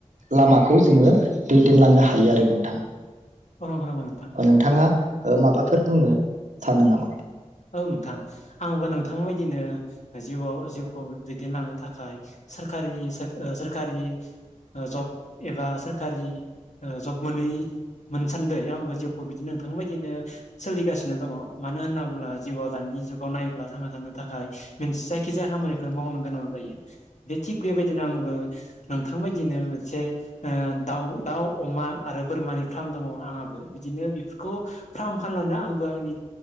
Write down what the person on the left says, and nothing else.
नंगौ नामा नोंथां?
औ नोंथां आंबो नोंथां बायदिनो जिउआव जिउखौ दै देनलांनो थाखाय सोरखारि सा सोरखारि ओ जब एबा सोरखारि ओ जब मोनै मोनसान्दै आंबो जिउखौ बिदिनो नोंथां बायदिनो सोलिगासिनो दङ' मानो होनना बुंब्ला जिउआव दानि जुगाव नायोब्ला थांना थानो थाखाय मोनसे जायखिजाया खामानिखौ मावनो गोनां जायो। बे थिग बेबायदिनो आंबो नोंथां बायदिनो मोनसे ओ दाउ दाउ अमा आरो बोरमानि फ्राम दङ' आंहाबो। बिदिनो बेफोरखौ फ्राम खालामनानै आंबो आंनि